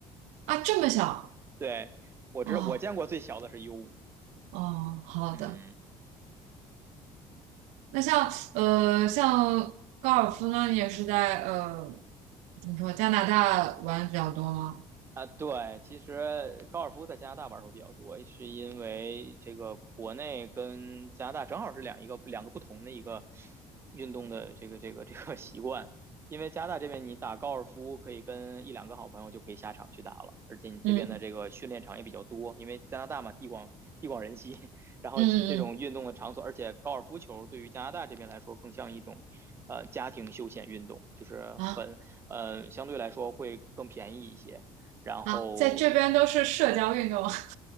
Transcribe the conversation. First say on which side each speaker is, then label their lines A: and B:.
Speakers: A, on the right (about 80°); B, on the right (about 20°).
A: 啊，这么小？
B: 对，我知道，
A: 哦
B: 我见过最小的是 U 五。
A: 哦，好的。
B: 嗯，
A: 那像呃，像高尔夫呢，你也是在呃，怎么说，加拿大玩得比较多吗？
B: 啊，对，其实高尔夫在加拿大玩的会比较多，是因为这个国内跟加拿大正好是两一个两个不同的一个运动的这个这个这个 <laughs> 习惯。因为加拿大这边你打高尔夫可以跟一两个好朋友就可以下场去打了，而且你这边的这个训练场也比较多，
A: 嗯
B: 因为加拿大嘛地广地广人稀，<laughs> 然后这种运动的场所，
A: 嗯嗯
B: 而且高尔夫球对于加拿大这边来说更像一种呃家庭休闲运动，就是很呃相对来说会更便宜一些。
A: 嗯，啊
B: 然后
A: 啊，在这边都是社交运动，<laughs>